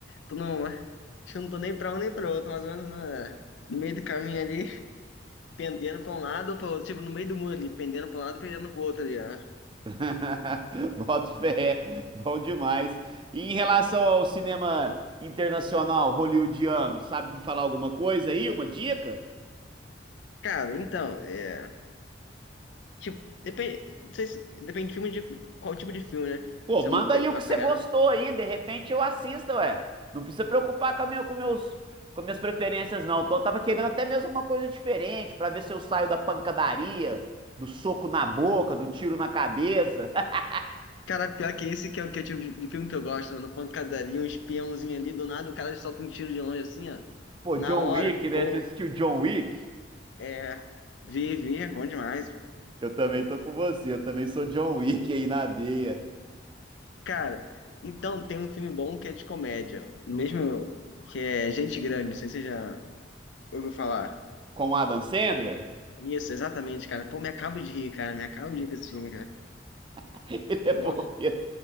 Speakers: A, on the left; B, on the right.
A: Tô no, acho que eu não tô nem pra um nem pra outro, mais ou menos na- no meio do caminho ali. pendendo pra um lado ou pra outro, tipo, no meio do muro ali, pendendo pra um lado, pendendo pro outro ali, ó.
B: <laughs> Boto fé, bom demais. E em relação ao cinema internacional hollywoodiano, sabe me falar alguma coisa aí, uma dica?
A: Cara, então, é. Tipo, depende, não sei se, depende de filme de qual tipo de filme, né?
B: Pô,
A: Se
B: manda
A: é uma, pe-
B: aí
A: uma
B: o que você
A: pegada.
B: gostou aí, de repente eu assisto, ué. Não precisa preocupar com, a minha- com meus, com minhas preferências, não. Tô, tava querendo até mesmo uma coisa diferente, pra ver se eu saio da pancadaria, do soco na boca, do tiro na cabeça. <laughs>
A: Cara, pior que esse que é o que é o tipo de, de filme que eu gosto, mano. Pancadaria, um espiãozinho ali, do nada o cara solta um tiro de longe assim, ó.
B: Pô,
A: Na
B: John
A: hora,
B: Wick, né?
A: pô,
B: Você assistiu John Wick?
A: é. Vi, vi, bom demais.
B: Eu também tô com você, eu também sou John Wick aí na veia.
A: Cara, então tem um filme bom que é de comédia, ó. Mesmo que é Gente Grande, não sei se você já ouviu falar.
B: Com o Adam Sandler?
A: Isso, exatamente, cara. Pô, me acabo de rir, cara. Me acabo de rir com esse filme, cara.
B: <laughs> Ele é
A: Pô,
B: bom mesmo.